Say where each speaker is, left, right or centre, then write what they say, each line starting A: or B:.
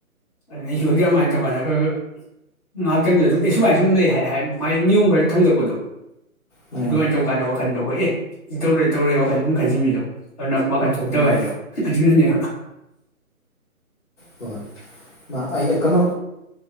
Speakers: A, on the left; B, on the left.
A: ꯑꯗꯨ ꯑꯩꯁꯨ ꯍꯧꯖꯤꯛ ꯑꯗꯨꯃꯥꯏꯅ ꯇꯧꯀꯥꯟꯗ ꯈꯔ ꯈꯔ ꯉꯥꯏꯍꯥꯛꯇꯪꯗꯨꯗ ꯁꯨꯝ ꯑꯩ ꯁꯨꯃꯥꯏꯅ ꯁꯨꯝ ꯂꯩ ꯍꯥꯏ ꯃꯥꯏ ꯅꯤꯌꯣꯝ ꯈꯔꯁꯨ ꯊꯝꯂꯛꯄꯗꯣ
B: ꯎꯝ
A: ꯑꯗꯨꯃꯥꯏ ꯇꯧꯀꯥꯟꯗ ꯈꯟꯗꯣ ꯑꯩꯈꯣꯏ ꯑꯦ ꯁꯤ ꯇꯧꯔꯦ ꯇꯧꯔꯦ ꯋꯥꯈꯜ ꯁꯝ ꯈꯟꯁꯤꯟꯕꯤꯗꯣ ꯑꯗꯨ ꯅ ꯋꯥꯈꯟ ꯊꯣꯛꯇꯕ
B: ꯎꯝ
A: ꯍꯥꯏꯗꯣ ꯑꯗꯨꯅꯅꯦ <inaudible>
B: ꯍꯣꯏ ꯃꯥ ꯑꯩ ꯀꯩꯅꯣ